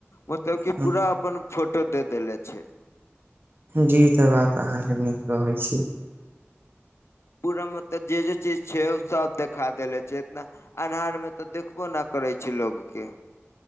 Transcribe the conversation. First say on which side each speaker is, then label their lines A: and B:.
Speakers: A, on the left; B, on the right.
A: मतलब की
B: हँ
A: पूरा अपन फोटो दे देेले छे।
B: जी तऽ बात आहाँ के नीक कहै छी।
A: पूरा मतलब जे- जे चीज छै, ओ सब देख खा देेले छै, इतना अन्हार में तऽ देखबो न करे छैय लोग के।